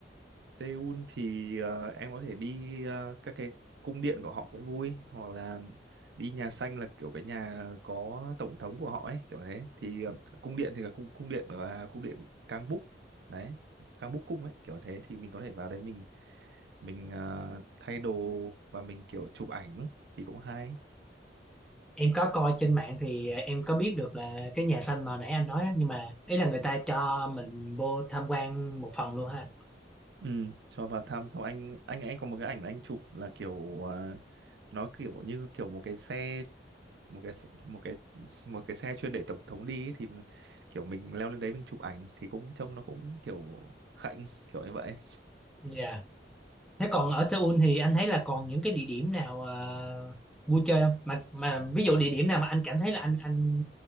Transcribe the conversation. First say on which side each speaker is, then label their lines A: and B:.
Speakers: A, on the right; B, in the centre.
A: Seoul thì ờ, em có thể đi ờ, các cái cung điện của họ cũng vui hoặc là đi nhà xanh là kiểu cái nhà có tổng thống của họ ấy kiểu thế thì ờ, cung điện thì là cung cung điện là cung điện Kangbuk đấy Kangbuk cung ấy kiểu thế thì mình có thể vào đấy mình mình ờ, thay đồ và mình kiểu chụp ảnh thì cũng hay
B: Em có coi trên mạng thì ờ, em có biết được là cái nhà xanh mà nãy anh nói á, nhưng mà ý là người ta cho mình vô tham quan một phần luôn ha.
A: ừ cho vào thăm xong anh anh anh có một cái ảnh anh chụp là kiểu ờ, nó kiểu như kiểu một cái xe một cái s- một cái <laughs> một cái xe chuyên để tổng thống đi ấy, thì mình- kiểu mình leo lên đấy mình chụp ảnh thì cũng trông nó cũng kiểu khạnh kiểu như vậy
B: Dạ. Thế còn ở Seoul thì anh thấy là còn những cái địa điểm nào ờ, vui chơi không? Mà mà ví dụ địa điểm nào mà anh cảm thấy là anh anh